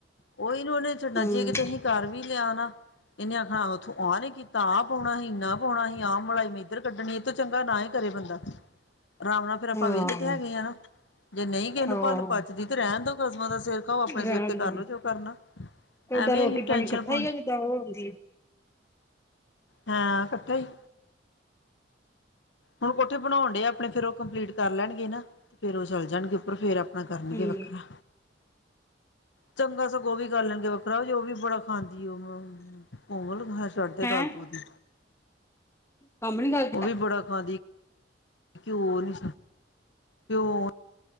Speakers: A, on the left; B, on the left.
A: ਓਹੀਓ ਨੀ ਓਹਨੇ ਛੱਡਣਾ
B: ਹਮ
A: ਜੇ ਕਿਤੇ ਅਸੀਂ ਕਰ ਵੀ ਲਿਆ ਨਾ ਇਹਨੇ ਆਖਣਾ ਤੂੰ ਆਹ ਨੀ ਕੀਤਾ ਆ ਪਾਉਣਾ ਸੀ ਇਨਾ ਪਾਉਣਾ ਸੀ ਆ ਮਲਾਈ ਇਧਰ ਕੱਢਣੀ ਇਹ ਤੋਂ ਚੰਗਾ ਨਾ ਹੀ ਘਰੇ ਬੰਦਾ ਆਰਾਮ ਨਾਲ ਫਿਰ ਆਪਾਂ
B: ਹਾਂ
A: ਵਿਹਲੇ ਤੇ ਹੈਗੇ ਆ ਨਾ ਜੇ ਨਹੀਂ ਕਿਸੇ ਨੂੰ
B: ਹਾਂ
A: ਭੱਲ ਪਚਦੀ ਤੇ ਰਹਿਣ ਦੋ ਕਸਮਾਂ ਦਾ ਸਿਰ ਖਾਓ ਆਪਣੇ
B: ਰਹਿਣ
A: ਸਿਰ ਤੇ ਕਰਲੋ
B: ਦੋ
A: ਜੋ ਕਰਨਾ।
B: ਤੇ
A: ਐਵੇਂ
B: ਦਾਂ ਰੋਟੀ
A: ਅਸੀਂ
B: ਪਾਣੀ
A: ਟੈਨਸ਼ਨ
B: ਇਕੱਠਾ
A: ਪਾਉਣੀ
B: ਆ ਜਿਦਾਂ ਉਹ ਆਉਂਦੀ ਆ
A: ਹਾਂ ਇਕੱਠਾ ਹੀ ਹੁਣ ਕੋਠੇ ਬਣਾਉਣ ਡੇ ਆਪਣੇ ਫੇਰ ਉਹ ਕੰਪਲੀਟ ਕਰ ਲੈਣਗੇ ਨਾ ਤੇ ਫੇਰ ਉਹ ਚੱਲ ਜਾਣਗੇ ਉੱਪਰ ਫੇਰ ਆਪਣਾ ਕਰਨਗੇ
B: ਹੈ
A: ਵੱਖਰਾ ਚੰਗਾ ਸਗੋਂ ਵੀ ਕਰ ਲੈਣਗੇ ਵੱਖਰਾ ਜੇ ਉਹ ਵੀ ਬੜਾ ਖਾਂਦੀ ਉਹ ਕੋਮਲ ਛੱਡਦੇ
B: ਹਮ ਹੈਂ
A: ਗੱਲ ਤੂੰ ਓਦੀ
B: ਕੰਮ ਨੀ ਕਰਦੇ
A: ਉਹ ਵੀ ਬੜਾ ਖਾਂਦੀ ਘਿਓ ਨਹੀਂ ਘਿਓ